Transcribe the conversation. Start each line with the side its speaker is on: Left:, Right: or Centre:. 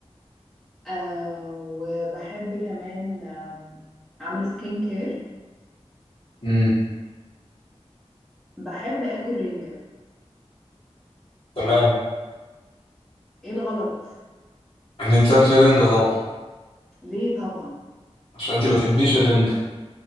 Centre: آه وبحب كمان آم، أعمل سكين كير
Left: امم
Centre: وبحب آكل رنجة
Left: تمام
Centre: إيه الغلط
Left: ان انت تاكلي رنجه طبعا
Centre: ليه طبعا
Left: عشان انت ما بتحبيش الرنجه